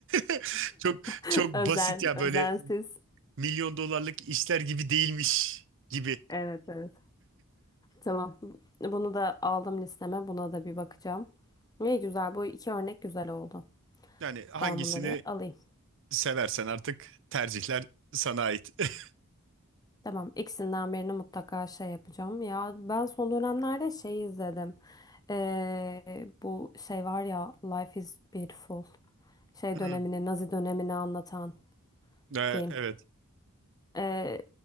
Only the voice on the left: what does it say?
<laughs>
Özen,
özensiz.
Evet evet. Tamam. Bunu da aldım listeme. Buna da bir bakacağım. İyi güzel. Bu iki örnek güzel oldu.
Ben bunları alayım.
Tamam, ikisinden birini mutlaka şey yapacağım. Ya ben son dönemlerde şey izledim. Ee, bu şey var ya Life is Beautiful. Şey
dönemini, Nazi dönemini anlatan
film.
Ee,